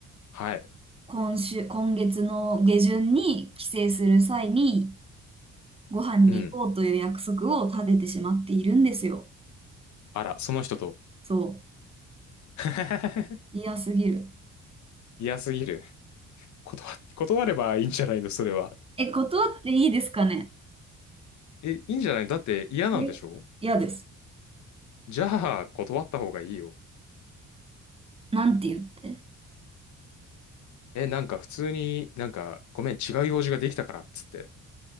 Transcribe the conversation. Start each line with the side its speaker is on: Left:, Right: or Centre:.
Left: はい。
Right: 今週、今月の下旬に帰省する際に、ご飯に行こうという約束を立ててしまっているんですよ。
Left: うん。あら、その人と。
Right: そ
Left: <laughs>
Right: う。嫌すぎる。
Left: 嫌すぎる。断、断ればいいんじゃないのそれは。
Right: え、断っていいですかね
Left: え、いいんじゃないのだって嫌なんでしょ
Right: え嫌です。
Left: じゃあ、断った方がいいよ。
Right: なんて言って
Left: え、なんか普通になんか、ごめん、違う用事ができたからっつって。